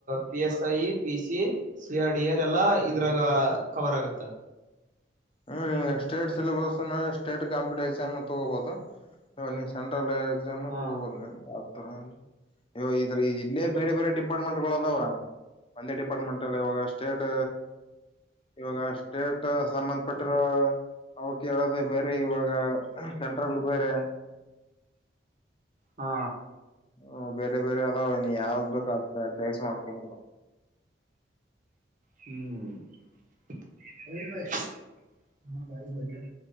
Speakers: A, on the right; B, on the left.
A: P S I, P C, C R D R ಎಲ್ಲ ಇದ್ರಾಗ ಕವರ್ ಆಗುತ್ತ.
B: ಹ್ಮ state syllabus state competitive exam ತಗೋಬಹುದು. ಈವಾಗ ನೀ ಸೆಂಟ್ರಲ್ ಎಕ್ಸಾಮ್ ತಕೊಬಹುದು
A: ಹಾ
B: ನೀ ಯಾವತರ ಇವ ಇದರ ಇಲ್ಲೇ ಬೇರೆ ಬೇರೆ ಡಿಪಾರ್ಟ್ಮೆಂಟ್ಗಳು ಅದಾವ. ಒಂದೇ ಡಿಪಾರ್ಟ್ಮೆಂಟ್ ಅಲ್ಲಿ ಇವಾಗ ಸ್ಟೇಟ್ ಇವಾಗ ಸ್ಟೇಟ್ ಸಂಬಂಧಪಟ್ಟಿರೋ
A: ಹಾ
B: ಅವ ಕೇಳೋದ ಬೇರೆ ಇವಾಗ ಸೆಂಟ್ರಲ್ ಬೇರೆ.
A: ಹಾ
B: ಹ್ ಬೇರೆ ಬೇರೆ ಅದಾವ ನೀ ಯಾವ್ದ್ ಬೇಕು ಆದ್ ಚಾಯ್ಸ್ ಮಾಡ್ಕೊಬೋದು.
A: ಹ್ಮ್ <unintelligible>